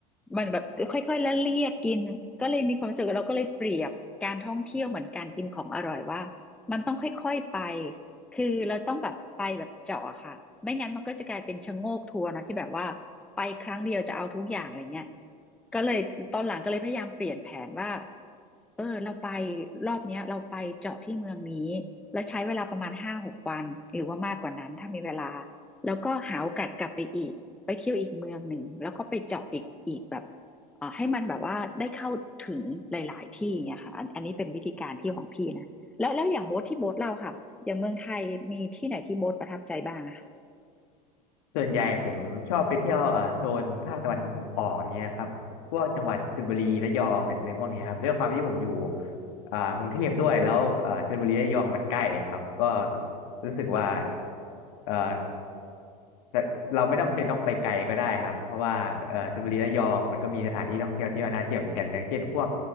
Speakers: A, in the centre; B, on the left.
A: มันแบบค่อยๆละเลียดกินก็เลยมีความรู้สึกว่าเราก็เลยเปรียบการท่องเที่ยวเหมือนการกินของอร่อยว่ามันต้องค่อยๆไปคือเราต้องแบบไปแบบเจาะอะค่ะไม่งั้นมันก็จะกลายเป็นชะโงกทัวร์เนาะที่แบบว่าไปครั้งเดียวจะเอาทุกอย่างอะไรเงี้ย ก็เลยตอนหลังก็เลยพยายามเปลี่ยนแผนว่า เออเราไปรอบเนี้ยเราไปเจาะที่เมืองนี้แล้วใช้เวลาประมาณห้าหกวันหรือว่ามากกว่านั้นถ้ามีเวลาแล้วก็หาโอกาสกลับไปอีกไปเที่ยวอีกเมืองหนึ่งแล้วก็ไปเจาะอีกอีกแบบเอ่อให้มันแบบว่าได้เข้าถึงหลายๆที่เนี่ยค่ะอันอันนี้เป็นวิธีการเที่ยวของพี่นะแล้วแล้วอย่างโบ๊ทที่โบ๊ทเราค่ะอย่างเมืองไทยมีที่ไหนที่โบ๊ทประทับใจบ้างอะค่ะ
B: ส่วนใหญ่ผมชอบไปเที่ยวเอ่อโซนภาคตะวันออกอย่างเงี้ยครับพวกจังหวัดชลบุรีระยองเนี่ยในพวกนี้ครับด้วยความที่ผมอยู่อ่ากรุงเทพด้วยแล้วเอ่อชลบุรีระยองมันใกล้ครับก็รู้สึกว่าเอ่อ แต่เราไม่จำเป็นต้องไปไกลก็ได้ครับเพราะว่าเอ่อชลบุรีระยองมันก็มีสถานที่ท่องเที่ยวที่น่าเที่ยวเหมือนกันอย่างเช่นพวก